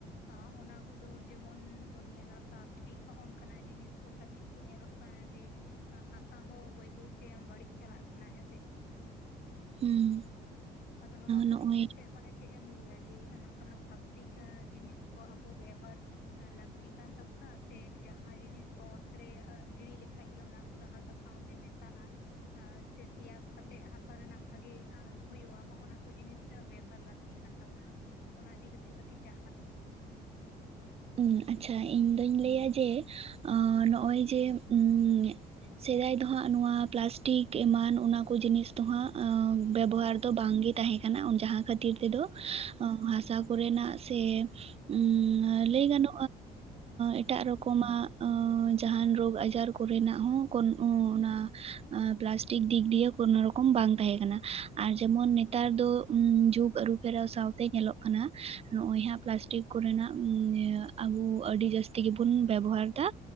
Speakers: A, on the left; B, on the right.
A: ᱟᱸ ᱚᱱᱟ ᱠᱚᱫᱚ ᱡᱮᱢᱚᱱ ᱵᱚᱱ ᱧᱮᱞᱟ ᱯᱞᱟᱥᱴᱤᱠ ᱦᱚᱸ ᱚᱱᱠᱟᱱᱟᱜ ᱡᱤᱱᱤᱥ ᱠᱚ ᱠᱷᱟᱹᱛᱤᱨ ᱛᱮ ᱧᱮᱞᱚᱜ ᱠᱟᱱᱟ ᱠᱟᱱᱟ ᱡᱮ, ᱦᱟᱥᱟ ᱦᱚᱸ ᱵᱟᱹᱭ ᱵᱟᱹᱭᱛᱮ ᱵᱟᱹᱲᱤᱡ ᱪᱟᱞᱟᱜ ᱠᱟᱱᱟ ᱦᱮᱸᱥᱮ?
B: ᱦᱩᱸ᱾
A: ᱟᱫᱚ ᱱᱚᱣᱟ ᱠᱚ
B: ᱱᱚᱜᱼᱚᱭ
A: ᱤᱫᱤ ᱠᱟᱛᱮᱜ ᱢᱟᱱᱮ ᱪᱮᱜ ᱮᱢ ᱞᱟᱹᱭᱟ ᱡᱮ ᱱᱚᱝᱠᱟᱱᱟᱜ ᱯᱞᱟᱥᱴᱤᱠ ᱡᱤᱱᱤᱥ ᱠᱚ ᱟᱵᱚ ᱵᱮᱣᱦᱟᱨ ᱞᱟᱹᱠᱛᱤ ᱠᱟᱱ ᱛᱟᱵᱚᱱᱟ ᱥᱮ ᱡᱟᱦᱟᱸ ᱡᱤᱱᱤᱥ ᱫᱚ ᱚᱛᱨᱮ ᱜᱤᱲᱤ ᱞᱮᱠᱷᱟᱡ ᱜᱮ ᱚᱱᱟ ᱠᱩ ᱫᱚ ᱦᱟᱥᱟ ᱥᱟᱶᱛᱮ ᱢᱮᱥᱟᱜᱼᱟ, ᱥᱮ ᱥᱮᱭᱟ ᱠᱟᱛᱮᱜ ᱦᱟᱥᱟ ᱨᱮᱱᱟᱜ ᱵᱷᱟᱜᱤ ᱦᱳᱭᱳᱜᱼᱟ᱾ ᱦᱚᱸᱜ ᱚᱱᱟ ᱠᱚ ᱡᱤᱱᱤᱥ ᱵᱮᱣᱦᱟᱨ ᱞᱟᱹᱠᱛᱤ ᱠᱟᱱ ᱛᱟᱵᱚᱱᱟ ᱚᱱᱟ ᱤᱫᱤ ᱠᱟᱛᱮᱜ ᱠᱟᱹᱴᱤᱡ ᱡᱟᱸᱦᱟᱱᱟᱜ
B: ᱩᱸ ᱟᱪᱪᱷᱟ, ᱤᱧ ᱫᱚᱧ ᱞᱟᱹᱭᱟ ᱡᱮ ᱟᱸ ᱱᱚᱜᱼᱚᱭ ᱡᱮ ᱩᱸ ᱥᱮᱫᱟᱭ ᱫᱚ ᱦᱟᱸᱜ ᱱᱚᱣᱟ ᱯᱞᱟᱥᱴᱤᱠ ᱮᱢᱟᱱ ᱚᱱᱟ ᱠᱚ ᱡᱤᱱᱤᱥ ᱫᱚ ᱦᱟᱸᱜ ᱵᱮᱵᱚᱦᱟᱨ ᱫᱚ ᱵᱟᱝᱜᱮ ᱛᱟᱦᱮᱸ ᱠᱟᱱᱟ᱾ ᱡᱟᱦᱟᱸ ᱠᱷᱟᱹᱛᱤᱨ ᱛᱮᱫᱚ ᱦᱟᱥᱟ ᱠᱚᱨᱮᱱᱟᱜ ᱥᱮ ᱩᱸ ᱟᱨ ᱟᱸ ᱮᱴᱟᱜ ᱨᱚᱠᱚᱢᱟᱜ ᱟᱸ ᱡᱟᱦᱟᱱ ᱨᱳᱜᱽ ᱟᱡᱟᱨ ᱠᱚᱨᱮᱱᱟᱜ ᱦᱚᱸ ᱠᱚᱱ ᱚᱸ ᱚᱱᱟ ᱟᱸ ᱯᱞᱟᱥᱴᱤᱠ ᱫᱤᱠ ᱫᱤᱭᱮ ᱠᱳᱱᱳ ᱨᱚᱠᱚᱢ ᱵᱟᱝ ᱛᱟᱦᱮᱸᱠᱟᱱᱟ᱾ ᱟᱨ ᱡᱮᱢᱚᱱ ᱱᱮᱛᱟᱨ ᱫᱚ ᱩᱸ ᱡᱷᱩᱜᱽ ᱟᱹᱨᱩ ᱯᱷᱮᱨᱟᱣ ᱥᱟᱶᱛᱮ ᱧᱮᱞᱚᱜ ᱠᱟᱱᱟ ᱱᱚᱜ ᱚᱭ ᱦᱟᱸᱜ ᱯᱞᱟᱥᱴᱤᱠ ᱠᱚᱨᱮᱱᱟᱜ ᱩᱸᱻᱮ ᱟᱵᱚ ᱟᱹᱰᱤ ᱡᱟᱹᱥᱛᱤ ᱜᱮᱵᱚᱱ ᱵᱮᱵᱚᱦᱟᱨ ᱫᱟ